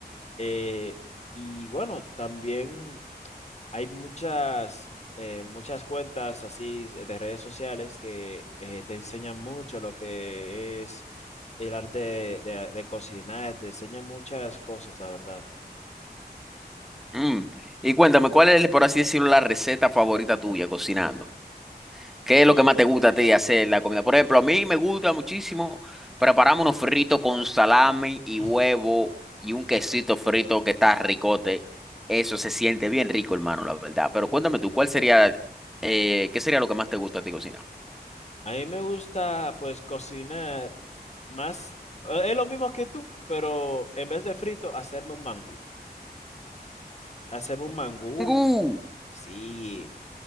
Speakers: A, on the left; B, in the centre.
A: Eh, y bueno, también hay muchas, eh, muchas cuentas así de redes sociales que eh, te enseñan mucho lo que es el arte de, de- de cocinar, te enseñan muchas cosas, la verdad.
B: Mm. Y cuéntame, ¿cuál es, por así decirlo, la receta favorita tuya cocinando? ¿Qué es
A: Mm.
B: lo que más te gusta a ti hacer la comida? Por ejemplo, a mí me gusta muchísimo prepararme unos fritos con salami y
A: <laughs>
B: huevo y un quesito frito que está ricote. Eso se siente bien rico, hermano, la verdad. Pero cuéntame tú, ¿cuál sería, eh, qué sería lo que más te gusta a ti cocinar?
A: A mí me gusta pues cocinar más, eh, es lo mismo que tú, pero en vez de frito, hacerme un mangú. Hacerme un mangú,
B: Tengu,
A: sí.